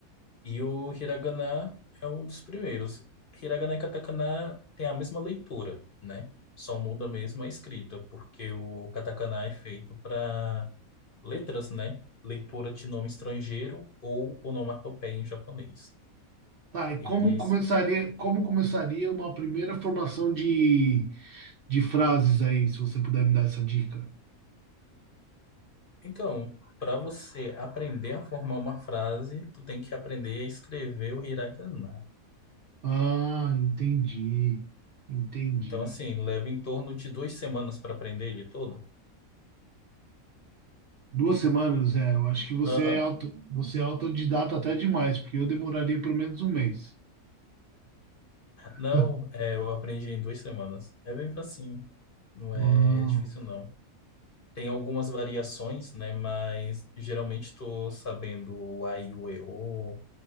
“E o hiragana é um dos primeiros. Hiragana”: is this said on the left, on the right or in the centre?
Left